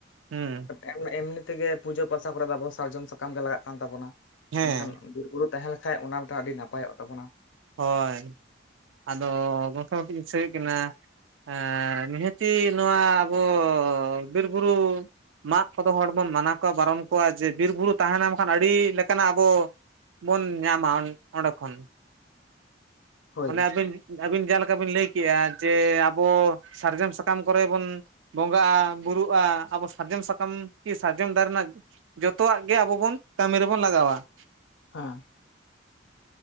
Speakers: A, on the right; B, on the left.
A: ᱦᱩᱸ᱾
B: ᱮᱢ ᱮᱢᱱᱤ ᱛᱮᱜᱮ ᱯᱩᱡᱟᱹ ᱯᱟᱥᱟ ᱠᱚᱨᱮ ᱫᱚ ᱟᱵᱚ ᱥᱟᱨᱡᱚᱢ ᱥᱟᱠᱟᱢ ᱜᱮ ᱞᱟᱜᱟᱜ ᱠᱟᱱ ᱛᱟᱵᱚᱱᱟ᱾
A: ᱦᱮᱸ
B: ᱢᱮᱱᱠᱷᱟᱱ ᱵᱤᱨ ᱵᱩᱨᱩ ᱛᱟᱦᱮᱸ ᱞᱮᱠᱷᱟᱡ, ᱚᱱᱟ ᱢᱤᱫᱴᱟᱝ ᱟᱹᱰᱤ ᱱᱟᱯᱟᱭᱚᱜ ᱛᱟᱵᱚᱱᱟ ᱾
A: ᱦᱚᱭ, ᱟᱫᱚ ᱜᱚᱠᱟ ᱜᱩᱠᱤ ᱫᱤᱥᱟᱹᱭᱮᱜ ᱠᱟᱱᱟ᱾ ᱮ ᱱᱤᱦᱟᱹᱛᱤ ᱱᱚᱣᱟ ᱟᱵᱚ ᱵᱤᱨ ᱵᱩᱨᱩ ᱢᱟᱜ ᱠᱚᱫᱚ ᱦᱚᱲ ᱵᱚᱱ ᱢᱟᱱᱟᱣ ᱠᱚᱣᱟ ᱵᱟᱨᱚᱱ ᱠᱚᱣᱟ ᱡᱮ ᱵᱤᱨᱼᱵᱩᱨᱩ ᱛᱟᱦᱮ ᱞᱮᱱ ᱠᱷᱟᱱ ᱟᱹᱰᱤ ᱞᱮᱠᱟ ᱱᱟᱜ ᱟᱵᱚ ᱵᱚᱱ ᱧᱟᱢᱟ ᱚᱱ ᱚᱸᱰᱮ ᱠᱷᱚᱱ,
B: ᱦᱳᱭ
A: ᱚᱱᱮ ᱟᱹᱵᱤᱱ ᱟᱵᱤᱱ ᱡᱟᱦᱟᱸ ᱞᱮᱠᱟ ᱵᱤᱱ ᱞᱟᱹᱭ ᱠᱮᱜ-ᱟ ᱡᱮ ᱟᱵᱚ ᱥᱟᱨᱡᱚᱢ ᱥᱟᱠᱟᱢ ᱠᱚᱨᱮ ᱵᱚᱱ ᱵᱚᱸᱜᱟᱜᱼᱟ, ᱵᱩᱨᱩᱜᱼᱟ, ᱟᱵᱚ ᱥᱟᱨᱡᱚᱢ ᱥᱟᱠᱟᱢ ᱠᱤ ᱥᱟᱨᱡᱚᱢ ᱫᱟᱨᱮ ᱨᱮᱱᱟᱜ ᱡᱚᱛᱚᱣᱟᱜ ᱜᱮ ᱟᱵᱚ ᱵᱚᱱ ᱠᱟᱢᱤ ᱨᱮᱵᱚᱱ ᱞᱟᱜᱟᱣᱟ ᱾
B: ᱦᱟᱸ,